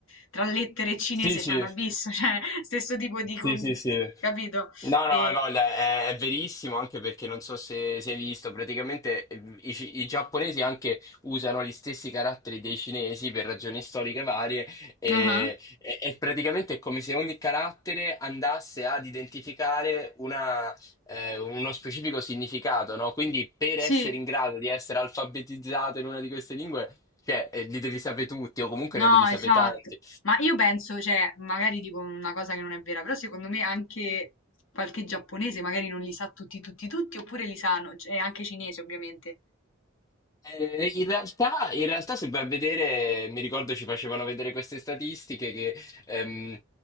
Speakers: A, on the left; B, on the left.
A: tra lettere e cinese
B: Sì, sì,
A: c'è un abisso, <laughs> cioè, stesso tipo di,
B: Sì,
A: com-
B: sì, sì.
A: capito?
B: No,
A: E,
B: no, hai voglia, è, è verissimo anche perché non so se, se hai visto, praticamente eh, i, ci- i giapponesi anche usano gli stessi caratteri dei cinesi per ragioni storiche varie e,
A: ah,
B: e- e praticamente è come se ogni carattere andasse ad identificare una, eh, uno specifico significato, no? Quindi per essere
A: Sì.
B: in grado di essere alfabetizzato in una di queste lingue, cioè, eh, li devi sapere tutti o comunque
A: No,
B: ne devi
A: esatto.
B: sapere tanti.
A: Ma io penso, cioè, magari dico una cosa che non è vera, però secondo me anche qualche giapponese magari non li sa tutti, tutti, tutti, oppure li sanno, e anche cinese ovviamente.
B: Eh, in realtà, in realtà, se vai a vedere, mi ricordo ci facevano vedere queste statistiche che ehm,